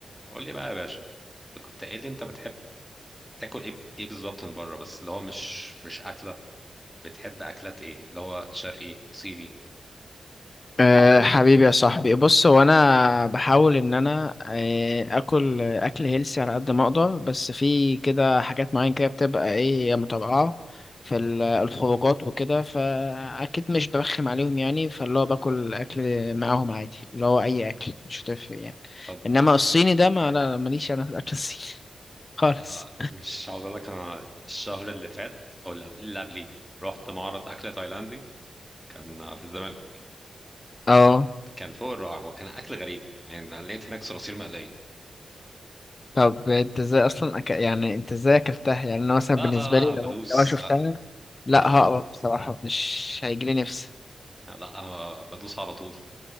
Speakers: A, in the centre; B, on the left (about 30°).
A: قول لي بقى يا باشا انت كنت قايل لي انت بتحب تاكل ايه ايه بالظبط من بره بس اللي هو مش مش اكله بتحب اكلات ايه اللي هو شرقي صيني
B: أه حبيبي يا صاحبي بص هو انا بحاول ان انا آه، اكل اكل هيلسي على قد ما اقدر بس في كده حاجات معينة كده بتبقى ايه متابعة في ال- الخروجات وكده فاكيد مش برخم عليهم يعني فاللي هو باكل اكل معاهم عادي اللي هو اي اكل مش هتفرق يعني
A: طب
B: انما الصيني ده ما لا ماليش انا في الاكل الصيني <laughs> خالص
A: آه مش عاوز اقول لك انا الشهر اللي فات او اللي قبل- اللي قبليه رحت معرض اكل تايلاندي كان آه، في الزمالك
B: اه
A: كان فوق الرائع هو كان اكل غريب يعني أنا لقيت هناك صراصير مقليه
B: طب انت ازاي اصلا أك... يعني انت ازاي اكلتها يعني انا مثلا
A: لا
B: بالنسبه
A: لا لا
B: لي لو
A: بدوس
B: لو أنا شفتها
A: آه،
B: لا
A: انا بدوس
B: هقرف بصراحه مش هيجيلي نفسي
A: لا انا بدوس على طول